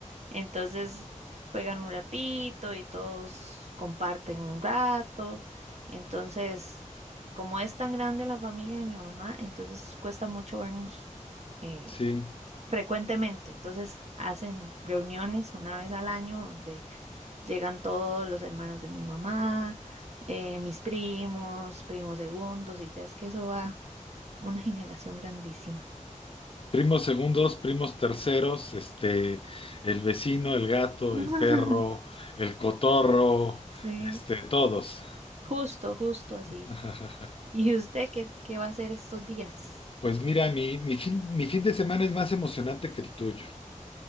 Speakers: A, on the right (about 55°); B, on the left (about 45°).
A: Entonces juegan un ratito y todos comparten un rato. Entonces, como es tan grande la familia de mi mamá, entonces cuesta mucho vernos. eh,
B: sí.
A: frecuentemente. Entonces hacen reuniones una vez al año donde llegan todos los hermanos de mi mamá, eh, mis primos, primos segundos, y ya es que eso va una generación grandísima.
B: Primos segundos, primos terceros, este, el vecino, el gato,
A: <laughs>
B: el perro, el cotorro,
A: Sí,
B: este, todos.
A: justo, justo así.
B: <laughs>
A: ¿Y usted qué, qué va a hacer estos días?
B: Pues mira, mi, mi fin, mi fin de semana es más emocionante que el tuyo.